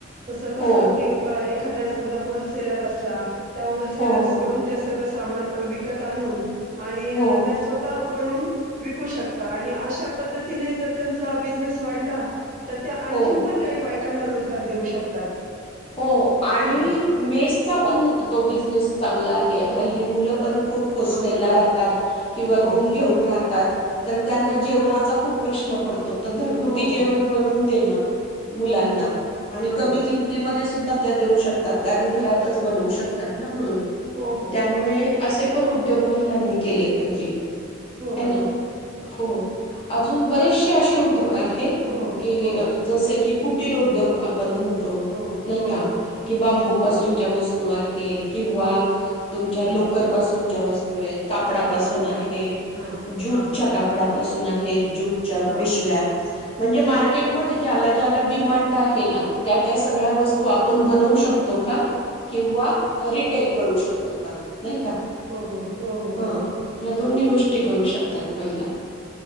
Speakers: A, on the right; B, on the left.
A: तसं कसं
B: हो
A: की एक एखाद समजा होलसेलर असला त्या होलसेलर्स
B: हो हो
A: कडून ते सगळ सामान विकत आणून आणि
B: हो
A: त्या स्वतः बनून विकू शकता आणि अशा पद्धतीने जर त्यांचा बिझनेस वाढला तर त्या आणखीन
B: हो
A: पण काही बायका करना रोज काय देऊ शकतात.
B: हो आणि
A: ह
B: मेसचा पण तो बिनेस चांगला आहे
A: हो
B: हल्ली मुलं पण खूप हॉस्टेलला
A: हा बरोबर
B: राहतात किवा
A: हो
B: रूम घेऊन राह तात. तर त्यांना जेवणाचा खूप प्रश्न पड तो तर घरगुती
A: हो हो
B: जेवण
A: हो
B: बनवून देनं. मुलांना
A: हो हो.
B: आणि
A: बरोबर
B: कमी किमती सुधा त्या देऊ शकतात. कारण घरातच
A: हो
B: बनवू शकतात ना म्हणून
A: हो हो
B: त्यामुळे असे पण उद्योग महिलांनी केले पाहिजे.
A: हो
B: हाय
A: बरोबर
B: ना. हो अजून बरेचसे
A: तसच
B: असे उद्योग आहेत
A: हम्म हो
B: की
A: हो
B: जसे की कुटीरो उद्योग आपण म्हणतो.
A: हो
B: नाही
A: हो
B: का
A: हो
B: की बांबू
A: हो
B: पासूनच्या
A: हो
B: वस्तू तोय हेत. किंवा
A: हो
B: तुमच्या
A: हो
B: लोकर पासून च्या वस्तू आहेत. कापडापासून
A: हा
B: आहेत,
A: हा
B: जूटच्या
A: हा
B: कापडा पासून आहे. हेत जूटच्या
A: हा
B: पिशव्या म्हणजे मार्केटमध्ये ज्याला ज्याला डिमांड आहे ना त्यात त्या सगळ्या वस्तू आपण बनवू शकतो का, किंवा रिटेल करू शकतो का. नाही का
A: हो हो हो हो
B: ह
A: बरोबर
B: या दोन्ही गोष्टी करू शकतात महिला.